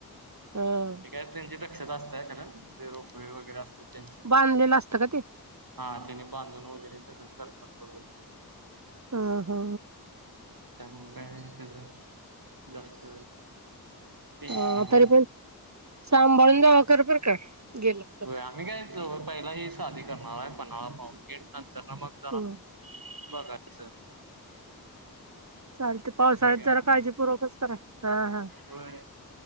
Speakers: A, on the right; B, on the right.
A: ह
B: ते काय त्यांची दक्षता असतय खरं. रोपवे वगैरे असते त्यांचे
A: बांधलेलं असतं का ते
B: हा त्याने बांधून वगैरे सगळं करतात बरोबर.
A: हा हा.
B: त्यामुळे काय त्याच जास्त टेन्शन
A: ह
B: नाही.
A: तरी पण सांभाळून जावा खर. काय गेल तर
B: होय आम्ही काय पहिला ह शादी करणारा आहे. पन्हाळा पाहून तर ना मग जरा
A: हम्म
B: बघायचं.
A: चालते पावसाळ्यात
B: बघूया
A: जरा
B: मग
A: काळजीपूर्वकच करा. हा हा
B: होय